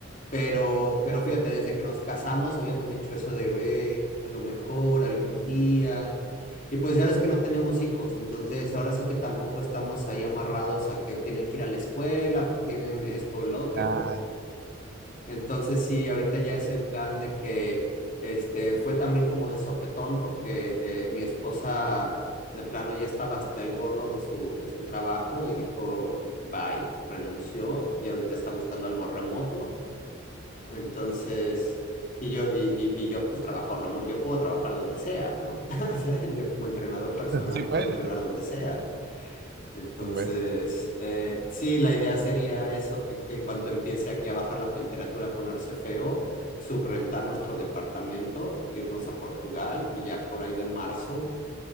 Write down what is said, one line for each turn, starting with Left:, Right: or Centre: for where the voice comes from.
Left: Pero, pero fíjate, desde que nos casamos habíamos dicho eso de, ve, a lo mejor algún día. Y pues ya ves que no tenemos hijos, entonces ahora sí que tampoco estamos ahí amarrados a que tienen que ir a la escuela o que tienen esto o lo otro.
Right: Ah,
Left: Entonces sí, ahorita ya es el plan de que este fue también como de sopetón porque eh, mi esposa de plano ya estaba hasta el gorro de su de su trabajo y dijo bye, renunció y ahorita está buscando algo remoto. Entonces y yo y, y- y yo pues trabajo remoto, yo puedo trabajar donde sea, ¿no? <laughs> O sea, yo como entrenador personal
Right: sí,
Left: puedo
Right: pues.
Left: entrenar donde sea. Entonces,
Right: Sí, pues.
Left: eh, sí, la idea sería eso, que en cuanto empiece aquí a bajar la temperatura, a ponerse feo, subrentar nuestro departamento, irnos a Portugal y ya por ahí de marzo